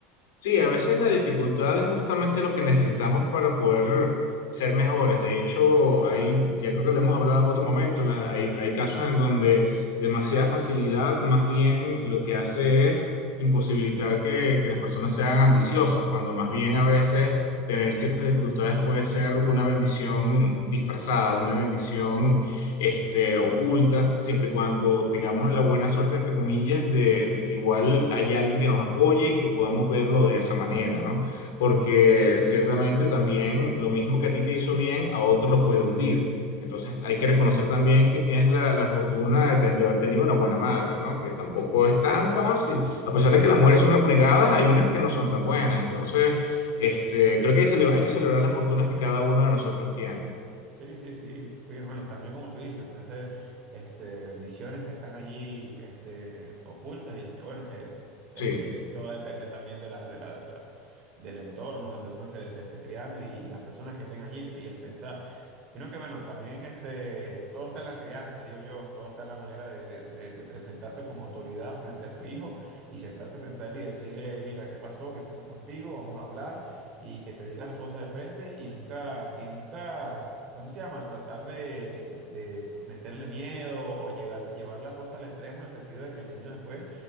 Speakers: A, on the left; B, on the right.
A: Sí, a veces la dificultad es justamente lo que necesitamos para poder ser mejores. De hecho, hay, ya creo que lo hemos hablado en otro momento, la- hay, hay casos en donde demasiada facilidad más bien lo que hace es imposibilitar que, que las personas sean ambiciosas, cuando más bien a veces tener ciertas dificultades puede ser una bendición disfrazada, una bendición este, oculta, siempre y cuando tengamos la buena suerte, entre comillas, de, de que igual haya alguien que nos apoye y que podamos verlo de esa manera, ¿no? Porque ciertamente también lo mismo que a ti te hizo bien, a otro lo puede hundir. Entonces hay que reconocer también que tienes la, la fortuna de, ten- de haber tenido una buena madre, ¿no? Que tampoco es tan fácil. A pesar de que las mujeres son abnegadas, hay unas que no son tan buenas. Entonces, este, creo que hay, cele- hay que celebrar las fortunas que cada uno de nosotros tiene.
B: Sí, sí, sí. Pero bueno, también como tú dices, pueden ser este, bendiciones que están allí este, ocultas y que bueno, que
A: Sí.
B: este, eso va a depender también de la, de la, de la, del entorno donde uno se, se esté criando y, y las personas que estén allí pues, y el pensar. Sino que bueno, también este, todo está en la crianza, digo yo, todo está en la manera de, de- de- de presentarte como autoridad frente a tu hijo y sentarte frente a él y decirle, mira, ¿qué pasó? ¿Qué pasa contigo? Vamos a hablar y que te diga las cosas de frente y nunca, y nunca ¿cómo se llama? Tratar de, de- de meterle miedo o llevar, llevar la cosa al extremo en el sentido de que el niño después